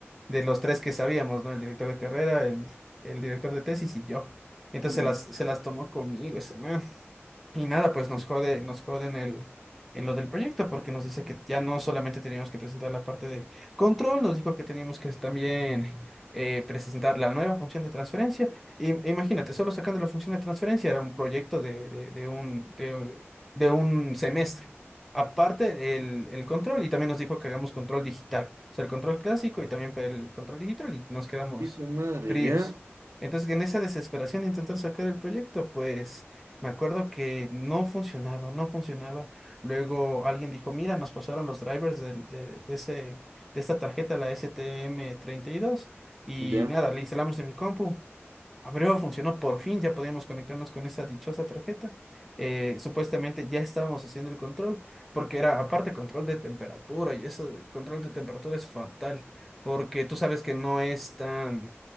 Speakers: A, in the centre; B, on the right (about 65°).
A: de los tres que sabíamos, ¿no? El director de carrera, el, el director de tesis y yo. Entonces,
B: Hijo
A: se las, se las tomó conmigo ese man. Y nada, pues nos jode, nos jode en el, en lo del proyecto, porque nos dice que ya no solamente teníamos que presentar la parte de control, nos dijo que teníamos que también eh, presentar la nueva función de transferencia. Y, e imagínate, solo sacando la función de transferencia era un proyecto de, de, de un, de, de un semestre. Aparte, el, el control, y también nos dijo que hagamos control digital, o sea, el control clásico y también el control digital, y nos quedamos
B: de madre,
A: fríos.
B: ya,
A: Entonces, en esa desesperación de intentar sacar el proyecto, pues... Me acuerdo que no funcionaba, no funcionaba. Luego alguien dijo, mira, nos pasaron los drivers del- de, de ese, de esta tarjeta, la STM32, y
B: ya,
A: dos, y nada, le instalamos en mi compu. Abrió, funcionó por fin, ya podíamos conectarnos con esa dichosa tarjeta. Eh, supuestamente ya estábamos haciendo el control, porque era aparte control de temperatura, y eso de control de temperatura es fatal, porque tú sabes que no es tan